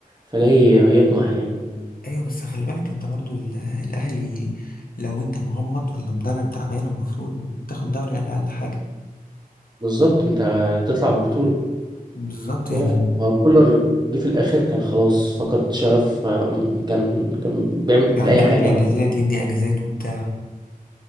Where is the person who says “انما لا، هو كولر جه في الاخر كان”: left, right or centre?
Right